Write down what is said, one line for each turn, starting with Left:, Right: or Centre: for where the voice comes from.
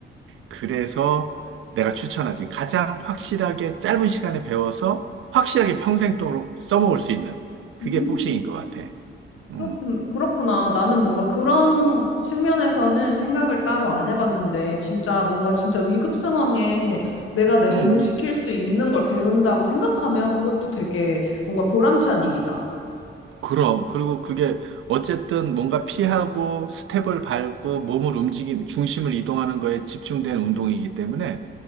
Right: 그래서 내가 추천하지. 가장 확실하게 짧은 시간에 배워서 확실하게 평생도록 써먹을 수 있는 그게
Left: 음,
Right: 복싱인 것 같아. 음,
Left: 그렇긴, 그렇구나. 나는 뭔가 그런 측면에서는 생각을 따로 안 해봤는데, 진짜 뭔가 진짜 위급 상황에 내가 내 몸을
Right: 음, 음.
Left: 지킬 수 있는 걸 배운다고 생각하면 그것도 되게 뭔가 보람찬 일이다.
Right: 그럼. 그리고 그게 어쨌든 뭔가 피하고 스텝을 밟고 몸을 움직이는, 중심을 이동하는 거에 집중된 운동이기 때문에